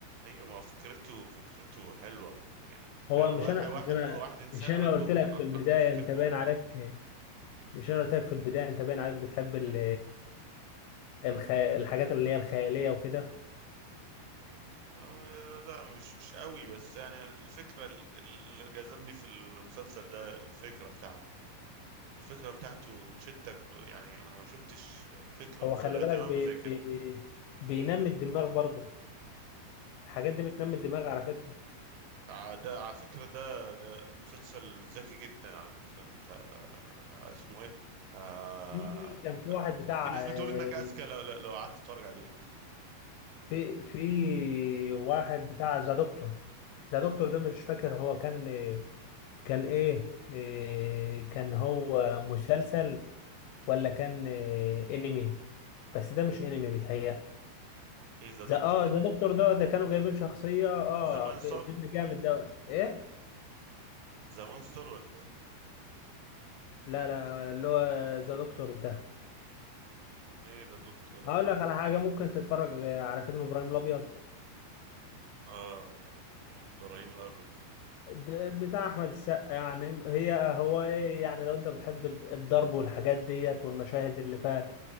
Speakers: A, on the right; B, on the left.
A: ايوه ما فكرته فكرته حلوه يعني تخيل
B: هو
A: واحد
B: مش انا
A: واحد
B: مش انا
A: واحد انسان
B: مش انا
A: عنده
B: قلت لك
A: ع-
B: في البدايه
A: عنده مفكرة
B: انت باين
A: موت
B: عليك مش انا قلت لك في البدايه انت باين عليك بتحب ال... الخ... الحاجات اللي هي الخياليه وكده
A: آه، لا مش مش قوي بس يعني الفكرة ال- اللي جذبني في المسلسل ده الفكرة بتاعته الفكرة بتاعته تشدك ب... يعني أنا ما شفتش فكرة
B: هو
A: مسلية
B: خلي بالك
A: تمام
B: بي...
A: زي كده
B: بي... بينمي الدماغ برضه الحاجات دي بتنمي الدماغ على فكرة
A: آه، ده على فكرة ده ده مسلسل ذكي جدا على فكرة أنت آه، اسمه إيه؟ آه...
B: في كان في
A: آه،
B: واحد
A: آه،
B: بتاع
A: في ناس
B: آه،
A: بتقول إنك أذكى لو لو لو قعدت تتفرج عليه
B: في في واحد بتاع ذا دكتور ذا دكتور ده مش فاكر هو كان كان ايه آه، كان هو مسلسل ولا كان آه، انمي بس ده مش انمي بيتهيألي
A: إيه ذا دكتور
B: ذا اه ذا
A: ده؟
B: دكتور ده ده كانوا جايبين شخصية اه
A: ذا مانستر؟
B: في فيلم جامد ده ايه
A: ذا مانستر ولا إيه؟
B: لا لا اللي هو ذا دكتور ده
A: إيه ده الدكتور ده؟
B: هقول لك على حاجة ممكن تتفرج على فيلم إبراهيم الأبيض
A: آه إبراهيم الأبيض
B: ده بتاع أحمد السقا يعني هي هو إيه يعني لو أنت بتحب الضرب والحاجات ديت والمشاهد اللي فيها